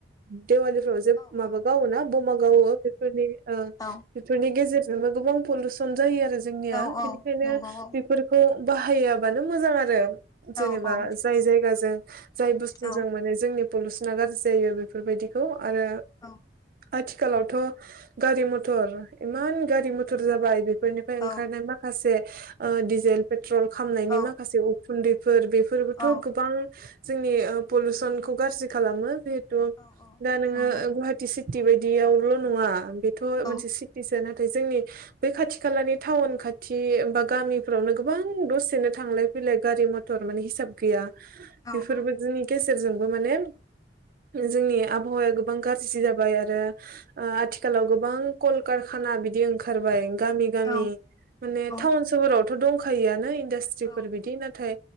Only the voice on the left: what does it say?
औ
औ
औ
औ औ
नंगौ औ
औ औ
औ
औ
औ
औ
औ
औ औ
नंगौ
औ
औ
औ
औ
औ
औ